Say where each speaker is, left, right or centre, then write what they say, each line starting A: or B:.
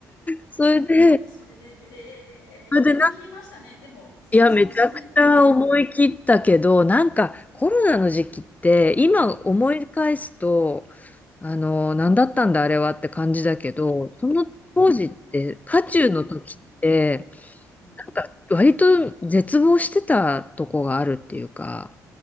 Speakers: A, on the left; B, on the left.
A: それで、
B: そうか、じゃあそれで、ええ、
A: それで
B: 思い切りましたね。でも、すその住んでたところなのに。
A: いや、めちゃくちゃ思い切ったけど、なんかコロナの時期って、今思い返すと、
B: うんうん。い
A: あの、何だったんだあれはって感じだけど、その当時って、
B: や、
A: 渦中の時って、
B: ほんですよ。うん。うん。
A: なんか割と絶望してたとこがあるっていうか、